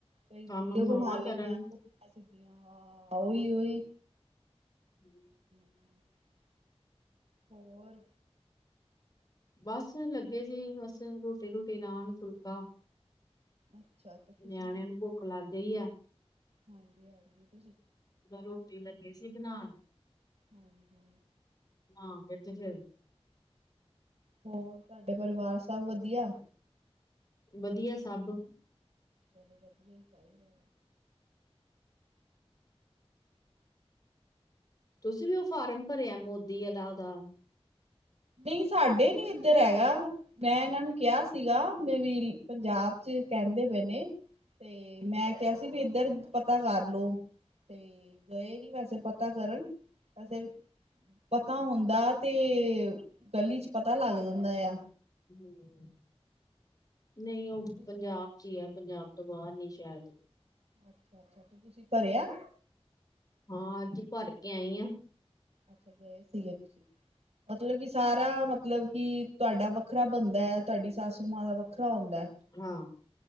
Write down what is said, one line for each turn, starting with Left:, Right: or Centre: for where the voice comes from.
Right: ਕਈ ਵੀਡੀਓ
Left: ਕੰਮ
Right: ਬਣਾ
Left: ਮਾਵਾਂ
Right: ਲਈਆਂ
Left: ਕਰਨ
Right: ਪੁੱਠੀਆਂ ਸਿਧੀਆਂ, ਹਾਂ ਉਹੀ-ਉਹੀ।
Left: ਹੂੰ।
Right: <inaudible> ਹੋਰ?
Left: ਬਸ ਲੱਗੇ ਸੀ, ਬਸ ਰੋਟੀ ਰੂਟੀ ਨਾਨ ਫੁਲਕਾ।
Right: ਅੱਛਾ ਤੇ ਤੁਸੀਂ
Left: ਨਿਆਣਿਆਂ ਨੂੰ ਭੁੱਖ ਲੱਗ ਗਈ ਐ।
Right: ਹਾਂਜੀ-ਹਾਂਜੀ।
Left: ਰੋਟੀ ਲੱਗੇ ਸੀ ਬਣਾਣ।
Right: ਹੂੰ-ਹੂੰ।
Left: ਹਾਂ ਫੇਰ ਤੇ ਫਿਰ
Right: ਹੋਰ ਤੁਹਾਡੇ ਪਰਿਵਾਰ ਸਵ ਵਧੀਆ?
Left: ਵਧੀਆ ਏ ਸਬ?
Right: ਚਲੋ ਵਧੀਆ ਈ ਚਾਹੀਦਾ।
Left: ਤੁਸੀਂ ਵੀ ਉਹ ਫਾਰਮ ਭਰਿਆ ਮੋਦੀ ਇਹਦਾ ਉਹਦਾ?
Right: ਨਈ ਸਾਡੇ ਨੀ ਇੱਧਰ ਹੈਗਾ, ਮੈਂ ਏਹਨਾਂ ਨੂੰ ਕਿਹਾ ਸੀਗਾ, ਮੈਂ <unintelligible> ਪੰਜਾਬ ਚ ਕੇਹਂਦੇ ਬਏ ਨੇ, ਤੇ ਮੈਂ ਕਿਹਾ ਸੀ ਵੀ ਇੱਧਰ, ਪਤਾ ਕਰਲੋ। ਤੇ ਗਏ ਨੀ ਵੈਸੇ ਪਤਾ ਕਰਨ, ਵੈਸੇ ਪਤਾ ਹੁੰਦਾ, ਤੇ ਗਲੀ ਚ ਪਤਾ ਲੱਗ ਜਾਂਦਾ ਏਆ।
Left: ਹੂੰ, ਨਈ ਉਹ
Right: ਤੁਸੀਂ
Left: ਪੰਜਾਬ ਚ ਈ ਐ। ਪੰਜਾਬ ਤੋਂ ਬਾਹਰ ਨੀ ਸ਼ਾਇਦ
Right: ਅੱਛਾ ਅੱਛਾ ਤੇ ਤੁਸੀਂ ਭਰਿਆ
Left: ਹਾਂ ਅੱਜ ਭਰ ਕੇ ਆਈ ਆ।
Right: ਅੱਛਾ ਗਏ ਸੀਗੇ ਤੁਸੀਂ? ਮਤਲਬ ਕਿ ਸਾਰਾ ਮਤਲਬ ਕਿ ਤੁਹਾਡਾ ਵੱਖਰਾ ਬੰਨਦਾ ਏ, ਤੁਹਾਡੀ ਸਾਸੂ ਮਾਂ ਦਾ ਵੱਖਰਾ ਹੁੰਦਾ ਏ।
Left: ਹਾਂ